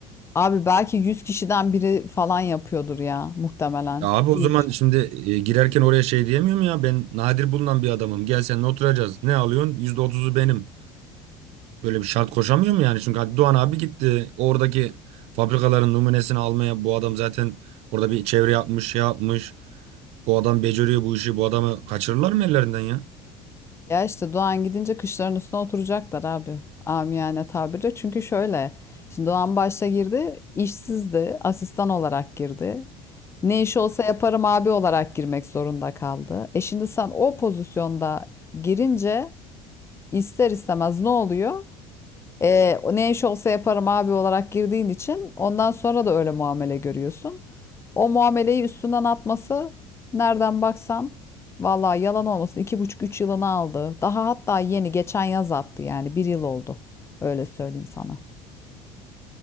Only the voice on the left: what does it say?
Abi belki 100 kişiden biri falan yapıyordur ya muhtemelen.
diye
düşün.
Ya işte Doğan gidince kışların üstüne oturacaklar abi. Amiyane tabirle. Çünkü şöyle. Şimdi Doğan başta girdi. işsizdi. Asistan olarak girdi. Ne iş
olsa yaparım abi olarak girmek zorunda kaldı. E şimdi sen o pozisyonda girince ister istemez ne oluyor? E, ne iş olsa yaparım abi olarak girdiğin için ondan sonra da öyle muamele görüyorsun. O muameleyi üstünden atması nereden baksan vallahi yalan olmasın iki buçuk üç yılını aldı. Daha hatta yeni geçen yaz attı yani bir yıl oldu. Öyle söyleyeyim sana.